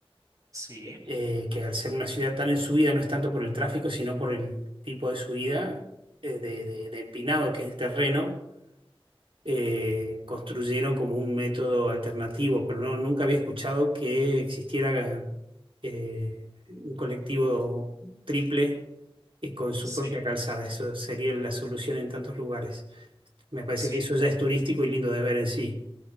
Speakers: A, on the right; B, on the right.
A: Sí,
B: eh, que al ser una ciudad tan en subida no es tanto por el tráfico, sino por el tipo de subida eh, de, de- de empinado que es el terreno, eh, construyeron como un método alternativo, pero no, nunca había escuchado que existiera eh, un colectivo triple y con su
A: sí,
B: propia calzada. Eso sería la solución en tantos lugares. Me parece
A: sí.
B: que eso ya es turístico y lindo de ver en sí.